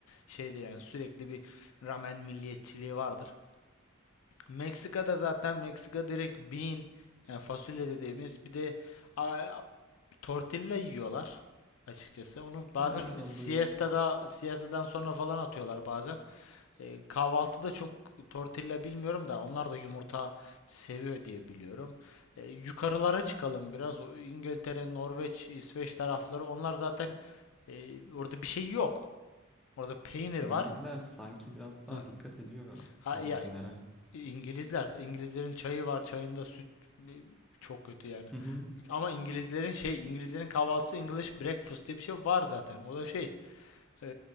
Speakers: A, on the left; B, in the centre.
A: şeyde yani sürekli bir ramen milliyetçiliği vardır. Meksika'da zaten Meksika direkt bean yani fasulye dediğimiz bir de a, tortilla yiyorlar açıkçası. Onu bazen
B: Ha evet onu
A: siesta'da
B: duymuştum.
A: siesta'dan sonra falan atıyorlar bazen. E, kahvaltıda çok tortilla bilmiyorum da onlar da yumurta seviyor diye biliyorum. E, yukarılara çıkalım biraz. O İngiltere, Norveç, İsveç tarafları onlar zaten e, orada bir şey yok. Orada peynir
B: İngilizler
A: var.
B: sanki biraz daha
A: Heh.
B: dikkat ediyor
A: Ha,
B: o
A: ya
B: rutinlere.
A: İngilizler, İngilizlerin çayı var, çayında süt e, çok kötü yani.
B: Hı hı.
A: Ama İngilizlerin şey, İngilizlerin kahvaltısı English breakfast diye bir şey var zaten. O da şey, e,